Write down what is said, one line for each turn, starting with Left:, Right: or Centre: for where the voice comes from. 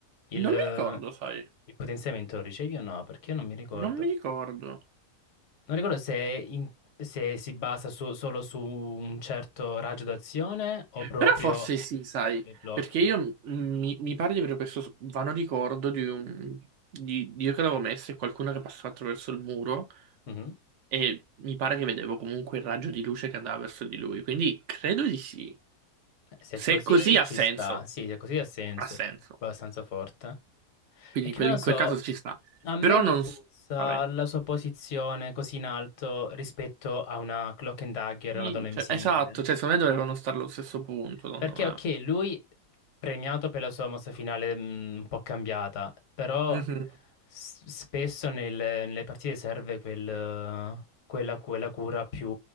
Left: il,
Right: non
Left: eh,
Right: mi ricordo, sai,
Left: il potenziamento lo ricevi o no? Perché io non mi ricordo.
Right: non mi ricordo.
Left: Non ricordo se, è in- se si basa su- solo su un certo raggio d'azione o proprio
Right: Però forse sì, sai,
Left: con dei blocchi.
Right: perché io mh, mi, mi pare di avere questo vano ricordo di un... Di, di io che l'avevo messo e qualcuno che passava attraverso il muro
Left: Mhm.
Right: e mi pare che vedevo comunque il raggio di luce che andava verso di lui, quindi credo di sì.
Left: Se
Right: Se
Left: è così
Right: è così ha
Left: ci
Right: senso.
Left: sta, sì, se è così ha senso,
Right: ha senso.
Left: è abbastanza forte.
Right: Quindi
Left: È che
Right: in quel,
Left: non lo
Right: in
Left: so,
Right: quel caso ci sta.
Left: A me
Right: Però
Left: mi
Right: non...
Left: puzza
Right: s- Vabbè.
Left: la sua posizione così in alto rispetto a una Cloak and Dagger,
Right: Sì,
Left: una donna invisibile.
Right: cioè, esatto, cioè secondo me dovevano stare allo stesso punto, secondo
Left: Perché,
Right: me.
Left: ok, lui premiato per la sua mossa finale mh, un po' cambiata, però
Right: Mhm.
Left: s- spesso nel- nelle partite serve quel, eh, quella, quella cura più